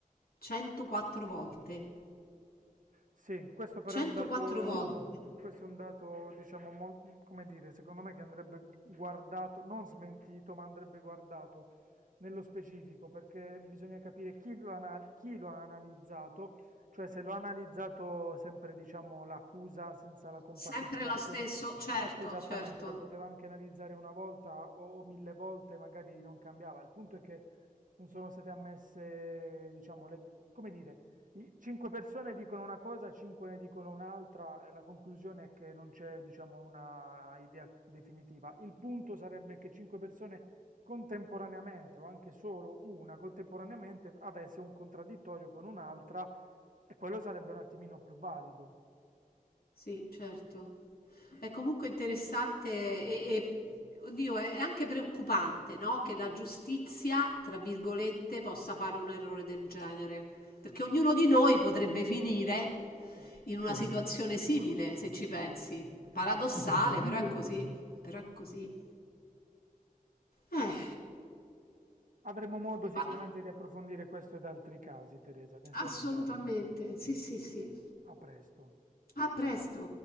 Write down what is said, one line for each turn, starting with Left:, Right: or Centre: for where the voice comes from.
Left: 104 volte.
Right: Sì, questo però
Left: 104
Right: è un dato,
Left: volte.
Right: mh,
Left: <laughs>
Right: questo è un dato, diciamo, mo- come dire, secondo me che andrebbe guardato, non smentito, ma andrebbe guardato nello specifico, perché bisogna capire chi lo, ana- chi lo ha analizzato, cioè se lo ha analizzato sempre, diciamo, l'accusa senza la compartecipazione.
Left: Sempre lo stesso, certo,
Right: Esattamente,
Left: certo.
Right: lo poteva anche analizzare una volta o, o mille volte, magari non cambiava. Il punto è che non sono state ammesse, diciamo, le, come dire, i- Cinque persone dicono una cosa, cinque ne dicono un'altra, e la conclusione è che non c'è, diciamo, una idea definitiva. Il punto sarebbe che cinque persone contemporaneamente, o anche solo una contemporaneamente, avesse un contraddittorio con un'altra, e quello sarebbe un attimino più valido.
Left: Sì, certo. È comunque interessante e, e- oddio, è è anche preoccupante, no? Che la giustizia, tra virgolette, possa fare un errore del genere, perché ognuno di noi potrebbe finire
Right: Sì,
Left: in una Mm. situazione simile, se ci pensi.
Right: potenzialmente
Left: Paradossale,
Right: sì.
Left: però è Assolutamente sì. così, però è così. Eh,
Right: Avremo modo
Left: ne
Right: sicuramente
Left: parli-
Right: di approfondire questo ed altri casi, Teresa, ne sono
Left: assolutamente,
Right: certo.
Left: sì, sì, sì.
Right: A presto.
Left: A presto.